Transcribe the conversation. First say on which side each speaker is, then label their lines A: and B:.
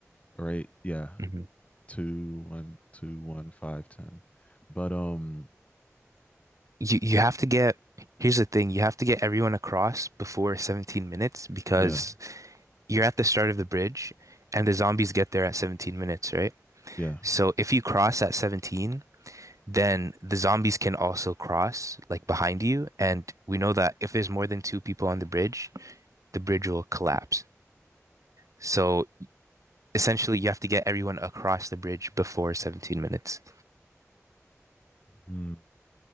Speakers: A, on the left; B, on the right.
A: right, yeah,
B: hmm
A: two, one, two, one, five, ten. But um,
B: You you have to get, here's the thing, you have to get everyone across before 17 minutes because
A: yeah,
B: you're at the start of the bridge and the zombies get there at 17 minutes, right?
A: yeah.
B: So if you cross at 17, then the zombies can also cross like behind you. And we know that if there's more than two people on the bridge, the bridge will collapse. So essentially, you have to get everyone across the bridge before 17 minutes.
A: Mm,